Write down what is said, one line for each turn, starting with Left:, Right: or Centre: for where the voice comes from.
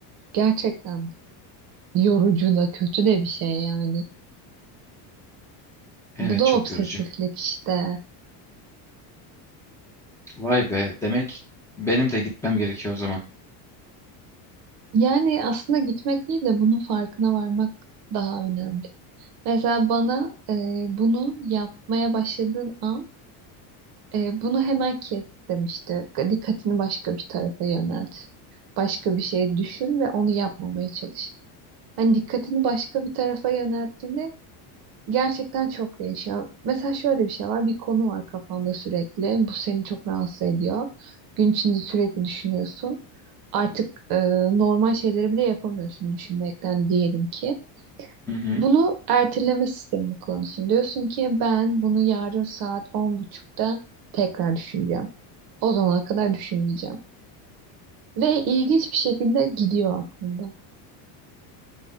Right: gerçekten yorucu da kötü de bir şey yani.
Centre: Evet
Right: Bu da
Centre: çok
Right: obsesiflik
Centre: yorucu.
Right: işte.
Centre: Vay be demek benim de gitmem gerekiyor o zaman.
Right: Yani aslında gitmek değil de bunun farkına varmak daha önemli. Mesela bana e, bunu yapmaya başladığın an e, bunu hemen kes demişti. Dikkatini başka bir tarafa yönelt. Başka bir şey düşün ve onu yapmamaya çalış. Hani dikkatini başka bir tarafa yönelttiğinde gerçekten çok değişiyor. Mesela şöyle bir şey var. Bir konu var kafanda sürekli. Bu seni çok rahatsız ediyor. Gün içinde sürekli düşünüyorsun. Artık e, normal şeyleri bile yapamıyorsun düşünmekten diyelim ki.
Centre: Hı hı.
Right: Bunu erteleme sistemini kullanıyorsun. Diyorsun ki ben bunu yarın saat on buçukta tekrar düşüneceğim. O zamana kadar düşünmeyeceğim. Ve ilginç bir şekilde gidiyor aklında.